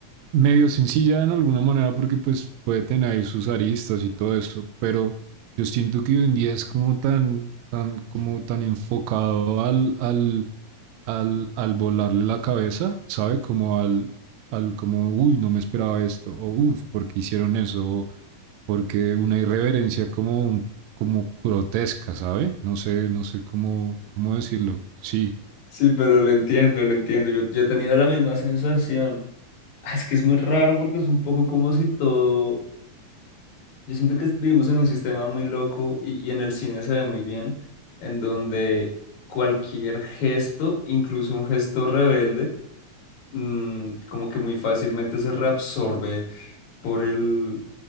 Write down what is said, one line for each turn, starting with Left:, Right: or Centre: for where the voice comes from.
Right: medio sencilla en alguna manera porque pues puede tener ahí sus aristas y todo eso, pero yo siento que hoy en día es como tan, tan, como tan enfocado al, al, al, al volarle la cabeza, ¿sabe? Como al, al, como, uy, no me esperaba esto, o uff, ¿por qué hicieron eso? O porque una irreverencia como, un- como grotesca, ¿sabe? No sé, no sé cómo, cómo decirlo. Sí.
Left: Sí, pero lo entiendo, lo entiendo. Yo, yo he tenido la misma sensación. Ah, Es que es muy raro porque es un poco como si todo Yo siento que vivimos en un sistema muy loco y, y en el cine se ve muy bien, en donde cualquier gesto, incluso un gesto rebelde, mm, como que muy fácilmente se reabsorbe por el,